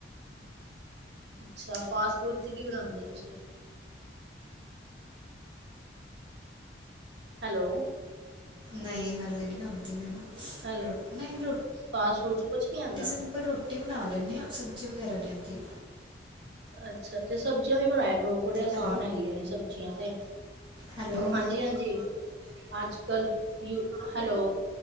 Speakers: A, on the right; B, on the right.
A: ਅੱਛਾ, ਫਾਸਟ ਫੂਡ ਚ ਕੀ ਬਣਾਂਦੇ ਓ ਤੁਸੀਂ। ਹੈਲੋ,
B: ਨਈ, ਹਲੇ ਨੀ ਆਉਂਦੀ ਮੈਨੂੰ।
A: ਹੈਲ
B: ਰੋਟੀ ਨਈ ਰੋ ਟੀ
A: ਫਾਸਟ ਫੂਡ 'ਚ ਕੁਛ ਨੀ ਆਂਦਾ?
B: ਨਈ ਸਿੰਪਲ ਰੋ ਰੋਟੀ ਬਣਾ ਲੈਂਨੇ ਆਂ, ਸਬਜ਼ੀ ਵਗੈਰਾ ਨੀ ਆਂਦੀ।
A: ਅੱਛਾ, ਤੇ ਸਬਜ਼ੀਆਂ ਵੀ ਬਣਾਇਆ ਕਰੋ, ਬੜੇ ਆਸਾਨ
B: ਹੈਲੋ
A: ਹੈਗੀਆਂ ਨੇ ਸਬਜ਼ੀਆਂ ਤੇ।
B: ਹੈਲੋ
A: ਹਾਂਜੀ-ਹਾਂਜੀ, ਅੱਜ-ਕੱਲ ਯੂ ਹੈਲੋ